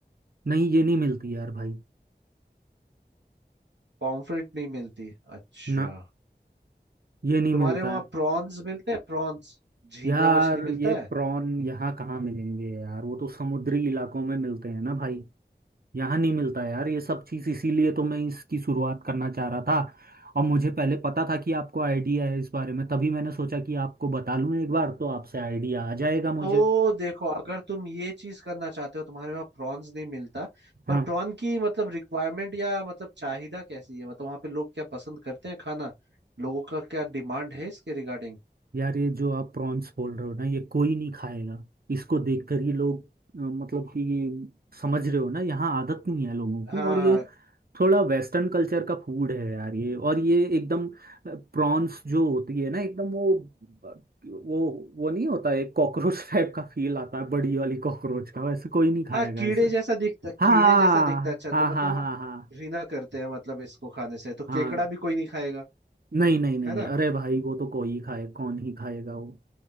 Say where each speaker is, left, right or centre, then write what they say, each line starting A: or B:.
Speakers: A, on the right (about 60°); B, on the right (about 85°).
A: नहीं ये नहीं मिलती यार भाई
B: पॉम्फ्रेट नहीं मिलती अच्छा
A: ना ये नहीं
B: तुम्हारे
A: मिलता
B: वहाँ
A: है
B: प्रॉन्स मिलते हैं प्रॉन्स झींगा
A: यार
B: मछली मिलता
A: ये
B: है
A: प्रॉन यहाँ कहाँ मिलेंगे यार वो तो समुद्री इलाकों में मिलते हैं ना भाई यहाँ नहीं मिलता यार ये सब चीज़ इसीलिए तो मैं इसकी शुरुआत करना चाह रहा था और मुझे पहले पता था कि आपको आइडिया है इस बारे में तभी मैंने सोचा कि आपको बता लूँ एक बार तो आपसे आइडिया आ जाएगा मुझे
B: तो देखो अगर तुम ये चीज करना चाहते हो तुम्हारे वहाँ प्रॉन्स नहीं मिलता
A: हाँ
B: पर प्रॉन की मतलब रिक्वायरमेंट या मतलब चाহিदा कैसी है मतलब वहाँ पे लोग क्या पसंद करते हैं खाना लोगों का क्या डिमांड है इसके रिगार्डिंग
A: यार ये जो आप प्रॉन्स बोल रहे हो ना ये कोई नहीं खाएगा इसको देखकर ही लोग अ, मतलब कि समझ रहे हो ना यहाँ आदत नहीं है लोगों को
B: हाँ
A: और ये
B: हाँ
A: थोड़ा वेस्टर्न कल्चर का फूड है यार ये और ये एकदम प्रॉन्स जो होती है ना एकदम वो वो वो नहीं होता है कॉकरोच <laughs> टाइप का फील आता है बड़ी वाली कॉकरोच का वैसे कोई नहीं खाएगा
B: हाँ कीड़े
A: इसे
B: जैसा दिखता
A: हाँ
B: कीड़े जैसा दिखता है, अच्छा
A: हाँ
B: तो मतलब
A: हाँ
B: वो
A: हाँ हाँ
B: घृणा करते हैं मतलब इसको खाने से तो
A: हाँ
B: केकड़ा भी कोई नहीं खाएगा
A: नहीं नहीं नहीं
B: है ना
A: अरे भाई वो तो कोई ही खाए कौन ही खाएगा वो